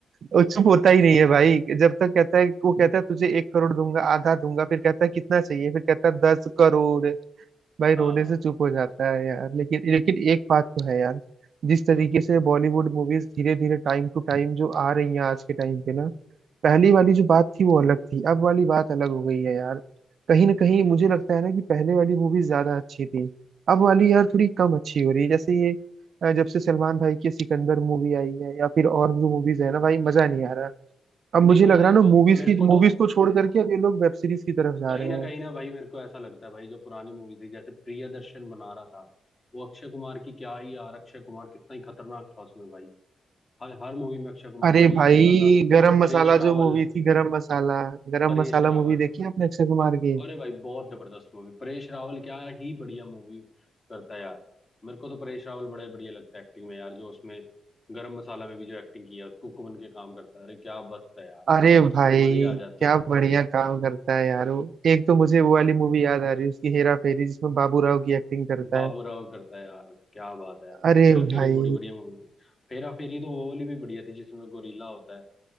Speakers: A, on the right; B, on the left.
A: वो चुप होता ही नहीं है भाई जब तक कहता है वो कहता है तुझे एक करोड़ दूंगा आधा दूंगा फिर कहता है कितना चाहिए फिर कहता है दस करोड़ भाई रोने
B: हाँ
A: से चुप हो जाता है यार लेकिन लेकिन एक बात तो है यार जिस तरीके से बॉलीवुड मूवीज धीरे धीरे टाइम टू टाइम जो आ रही हैं आज के टाइम पे ना पहली वाली जो बात थी वो अलग थी अब वाली बात अलग हो गई है यार कहीं ना कहीं मुझे लगता है ना कि पहले वाली मूवी ज्यादा अच्छी थी अब वाली यार थोड़ी कम अच्छी हो रही है जैसे ये अ, जब से सलमान भाई की सिकंदर मूवी आई है या फिर और जो मूवीज है ना भाई मजा नहीं आ रहा अब
B: नहीं
A: मुझे
B: भाई
A: लग
B: देखो
A: रहा है ना मूवीज
B: मेरे
A: की
B: को
A: मूवीज
B: तो
A: को छोड़ करके अब ये लोग वेब सीरीज की तरफ जा
B: कहीं
A: रहे
B: ना
A: हैं
B: कहीं ना भाई मेरे को ऐसा लगता है भाई जो पुरानी मूवी थी जैसे प्रियदर्शन बना रहा था वो अक्षय कुमार की क्या ही यार अक्षय कुमार कितना ही खतरनाक था उसमें भाई हर हर मूवी में अक्षय कुमार
A: अरे
B: बढ़िया
A: भाई
B: करता था
A: गरम
B: परेश
A: मसाला
B: रावल
A: जो मूवी थी गरम मसाला गरम
B: परेश
A: मसाला
B: रावल
A: मूवी देखी है आपने अक्षय कुमार की
B: अरे भाई बहुत जबरदस्त मूवी परेश रावल क्या ही बढ़िया मूवी करता है यार मेरे को तो परेश रावल बड़ा ही बढ़िया लगता है एक्टिंग में यार जो उसमें गरम मसाला में भी जो एक्टिंग किया कुक बन के काम करता है अरे क्या मस्त है यार
A: अरे
B: हाँ
A: भाई
B: मजी आ जाती
A: क्या
B: है
A: बढ़िया काम करता है यार वो एक तो मुझे वो वाली मूवी याद आ रही है उसकी हेरा फेरी जिसमें बाबू राव की एक्टिंग करता
B: बाबूराव
A: है
B: करता है यार क्या बात है यार
A: अरे
B: हेरा फेरी
A: भाई
B: बड़ी बढ़िया मूवी थी हेरा फेरी तो वो वाली भी बढ़िया थी जिसमें गोरीला होता है